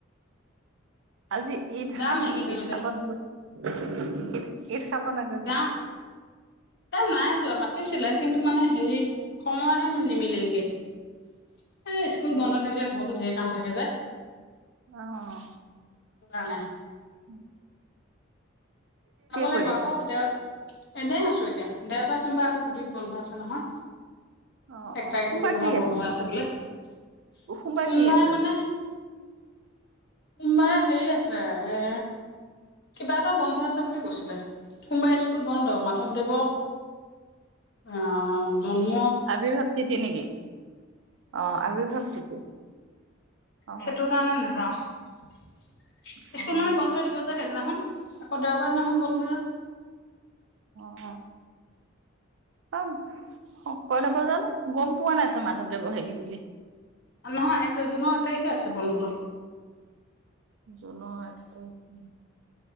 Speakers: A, on the right; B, on the left.
A: আজি ঈদ
B: যাম এইকেইদিনতে
A: ঈদ খাব নগৈ? <unintelligible> চাব নগলি?
B: যাম। এ নাই যোৱা মাতিছিলে কিন্তু মানে হেৰি সময়হে নিমিলিগে এ ', স্কুল
A: অ
B: বন্ধ থাকিলে ঘৰতো ধেৰ, কাম থাকে যে
A: অ অহ
B: সেইটো কাৰণে।
A: উম।
B: যাব লাগিব
A: কৰি
B: আকৌ
A: আছ
B: দে এনেই আছো এতিয়া দেওবাৰ কোনোবা আকৌ দুদিন বন্ধ আছে নহয়।
A: অ
B: এক
A: অ
B: তাৰিখে
A: সোমবাৰ
B: কবাৰ
A: কি
B: বন্ধ আছে বোলে সোমবাৰে
A: সোমবাৰ কি আছেনো
B: মানে। সোমবাৰে হেৰি আছে এ কিবা এটা বন্ধ আছে বুলি কৈছিলে সোমবাৰে স্কুল বন্ধ মাধৱদেৱৰ আহ জন্ম
A: আৱৰ্ভাৱ তিথি নেকি? অ আৱিৰ্ভাৱ তিথি অ',
B: সেইটো কাৰণে নাযাও।
A: অ', অ',
B: স্কুল মানে বন্ধ হৈ দিব যে সেইদিনাখন অ দেৱবাৰ দিনাখন বন্ধ
A: অ অ অ কই নব জানো <unintelligible> গম পোৱা নাইছো মাাধৱ দেৱৰ হেৰি বুলি
B: নহয় জুনৰ এক তাৰিখে আছে বন্ধটো
A: জুনৰ এক তাৰিখ